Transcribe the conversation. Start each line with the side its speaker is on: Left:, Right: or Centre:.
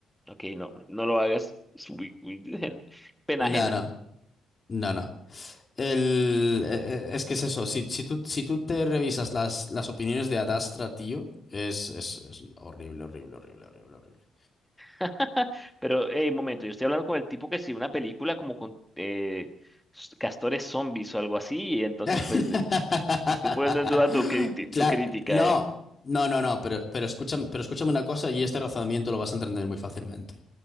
Centre: Ok, no, no lo hagas. Es muy- muy <laughs> pena
Left: No,
Centre: ajena.
Left: no, no, no. El, eh, eh, es que es eso, si, si tú, si tú te revisas las, las opiniones de Adastra, tío, es, es, es horrible, horrible, horrible, horrible, horrible.
Centre: <laughs> Pero, hey, un momento, yo estoy hablando con el tipo que sí, una película como con eh, s- castores zombies o algo así, y entonces,
Left: <laughs>
Centre: pues, eh, estoy poniendo en duda tu, criti-
Left: Claro,
Centre: tu crítica,
Left: no,
Centre: eh.
Left: no, no, no, pero, pero escúchame, pero escúchame una cosa y este razonamiento lo vas a entender muy fácilmente.